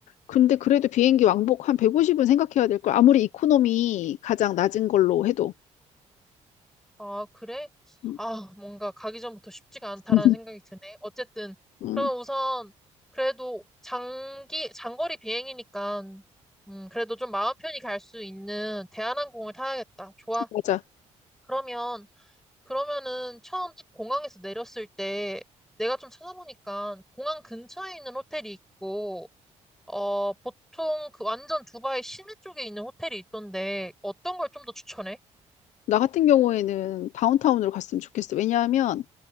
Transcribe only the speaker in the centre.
아, 그래?
아, 뭔가 가기 전부터 쉽지가 않다라는
생각이 드네. 어쨌든,
그러면 우선, 그래도 장기, 장거리 비행이니까, 음, 그래도 좀 마음 편히 갈 수 있는 대한항공을 타야겠다. 좋아.
그러면, 그러면은 처음 딱 공항에서 내렸을 때, 내가 좀 찾아보니까, 공항 근처에 있는 호텔이 있고, 어, 보통 그 완전 두바이 시내 쪽에 있는 호텔이 있던데, 어떤 걸 좀 더 추천해?